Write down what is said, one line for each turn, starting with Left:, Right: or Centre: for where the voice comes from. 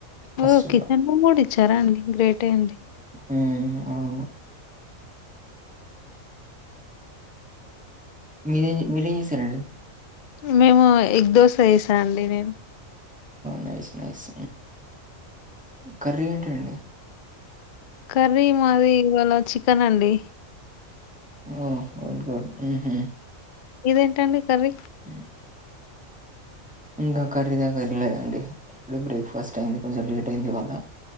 Centre: హాస్టల్లో
Left: ఓ కిచెన్ రూమ్ కూడా ఇచ్ వచ్చారా అండి గ్రేటే అండి
Centre: ఉ అవును మీ మీరం చేస్తారండి
Left: మేము ఎగ్ దోశ వేసా అండి నేను
Centre: నైస్ నైస్ కర్రీ ఏంటి అండి
Left: కర్రీ మాది ఇవాళ చికెన్ అండి
Centre: ఓహో గుడ్డు ఊ హు
Left: మీదేంటండి కర్రీ
Centre: ఉ ఇంకా కర్రీ దాకా వెళ్ళలేదండి ఇప్పుడ బ్రేక్ఫాస్ట్ అయింది కొంచెం లేట్ అయింది వాళ్ళ